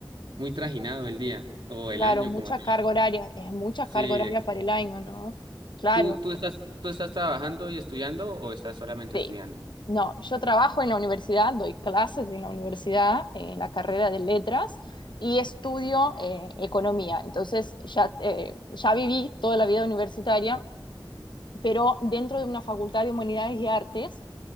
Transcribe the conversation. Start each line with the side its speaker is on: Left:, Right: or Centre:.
Right: muy trajinado el día o el
Left: claro,
Right: año
Left: mucha
Right: como tal.
Left: carga horaria, es mucha
Right: Sí,
Left: carga horaria
Right: es-
Left: para el año, ¿no? Claro,
Right: ¿Tú, tú estás, tú estás trabajando y estudiando o estás solamente
Left: Sí.
Right: estudiando?
Left: No, yo trabajo en la universidad, doy clases en la universidad, en la carrera de letras y estudio eh, economía. Entonces ya, eh, ya viví toda la vida universitaria, pero dentro de una facultad de humanidades y artes